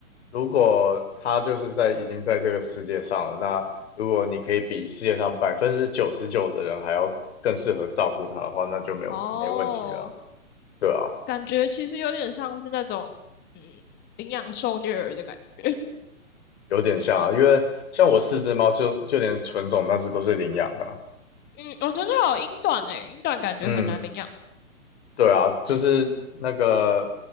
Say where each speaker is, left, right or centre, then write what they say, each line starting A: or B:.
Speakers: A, on the left; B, on the left.
A: 如果他就是在已经在这个世界上了，那如果你可以比世界上百分之九十九的人还要更适合照顾它的话，那就没有没问题了，
B: 哦，
A: 对啊，
B: 感觉其实有点像是那种嗯领养受虐儿的感觉。<laughs>
A: 有点像啊，因为像我四只猫就就连纯种那只都是领养的啊
B: 嗯，我真的有英短诶、欸英短感觉很难领养。
A: 嗯，对啊，就是那个